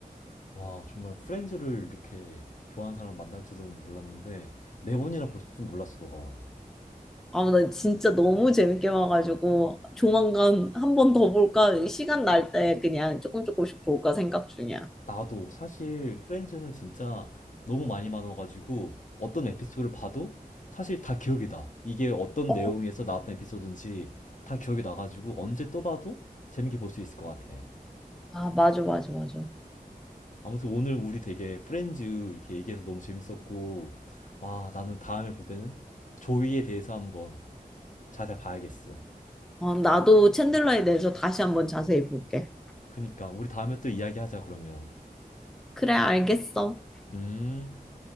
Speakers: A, on the left; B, in the centre.
A: 와 정말 프렌즈를 이렇게 좋아하는 사람 만날 줄은 몰랐는데 네 번이나 볼 줄 몰랐어 너가.
B: 아, 나 진짜 너무 재밌게 봐가지고 조만간 한 번 더 볼까? 시간 날 때 그냥 조금 조금씩 볼까 생각 중이야.
A: 나도 사실 프렌즈는 진짜 너무 많이 많아가지고 어떤 에피소드를 봐도 사실 다 기억이 나. 이게 어떤
B: 어,
A: 내용에서 나왔던 에피소드인지 다 기억이 나가지고 언제 또 봐도 재밌게 볼 수 있을 것 같아.
B: 아, 맞아, 맞아, 맞아.
A: 아무튼 오늘 우리 되게 프렌즈 이렇게 얘기해서 너무 재밌었고, 와, 나는 다음에 볼 때는 조이에 대해서 한번 자세히 봐야겠어.
B: 어, 나도 챈들러에 대해서 다시 한번 자세히 볼게.
A: 그니까 우리 다음에 또 이야기하자 그러면.
B: 그래, 알겠어.
A: 음.